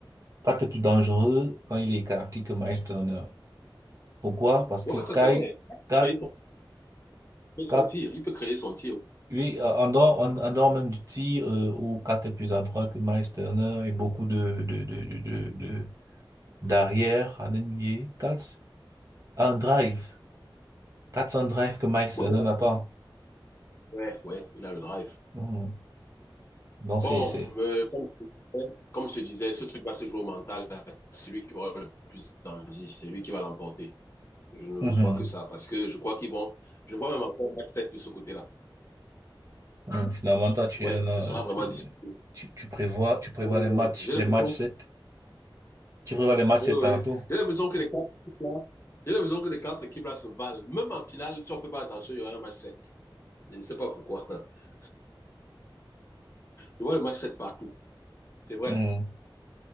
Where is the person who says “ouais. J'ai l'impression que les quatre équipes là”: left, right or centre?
Left